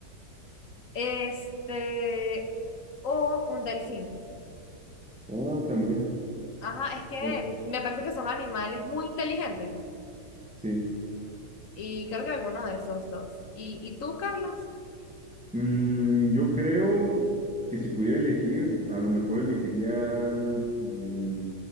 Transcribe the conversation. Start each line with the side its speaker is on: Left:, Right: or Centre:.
Left: este, o un delfín.
Centre: Oh, también.
Left: Ajá, es que
Centre: Oh,
Left: me parece que son animales muy inteligentes
Centre: Sí.
Left: y creo que alguno de esos dos. ¿Y, y tú, Carlos?
Centre: Mm, yo creo que si pudiera elegir, a lo mejor elegiría, mm,